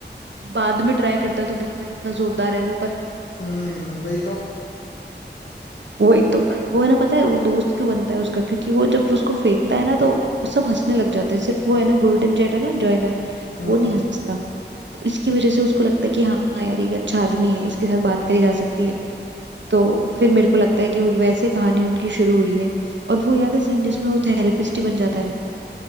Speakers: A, on the right; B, on the left.
A: बाद में ट्राई करता है तो गिरता कितना जोरदार है वो पर
B: हम्म वही तो
A: वही तो वो है ना पता है वो दोस्त क्यों बनता है उसका क्योंकि वो जब उसको फेंकता है ना तो सब हंसने लग जाते हैं सिर्फ वो है ना गोल्डन जेट है ना जॉइनर
B: हम्म
A: वो नहीं हंसता तो इसकी वजह से उसको लगता है कि हाँ यार ये एक अच्छा आदमी है इसके साथ बात करी जा सकती है तो फिर मेरे को लगता है कि वो वैसे कहानी उनकी शुरू हुई है और वो याद है सीन जिसमें वो थेरेपिस्ट ही बन जाता है